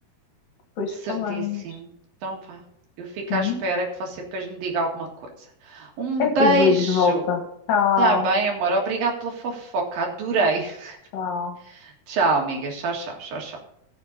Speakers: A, on the left; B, on the right.
A: Depois
B: Certíssimo.
A: falamos.
B: Então vá. Eu fico
A: Sim.
B: à espera que você depois me diga alguma coisa. Um
A: Eu
B: beijo.
A: depois ligo de volta. Tchau,
B: Tá bem, amor. Obrigado pela fofoca. Adorei.
A: tchau.
B: <laughs> Tchau, amigas. Tchau, tchau, tchau, tchau.